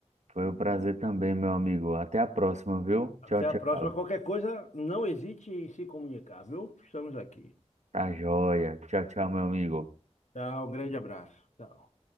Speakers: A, on the right; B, on the left.
A: Foi um prazer também, meu amigo. Até a próxima, viu?
B: Até
A: Tchau, tchau.
B: a próxima. Qualquer coisa, não hesite em se comunicar, viu? Estamos aqui.
A: Tá joia. Tchau, tchau, meu amigo.
B: Tchau, um grande abraço. Tchau.